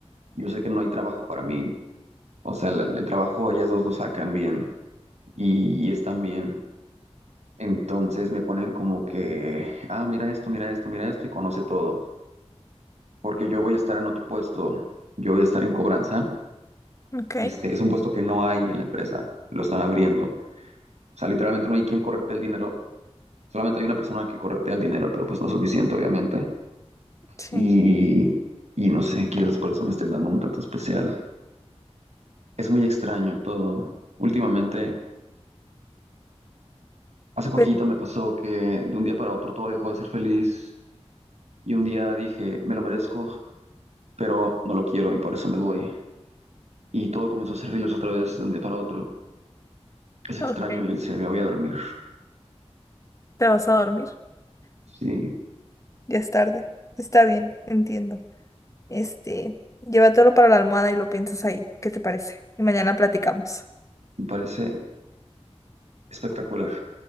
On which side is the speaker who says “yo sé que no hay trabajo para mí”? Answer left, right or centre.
Right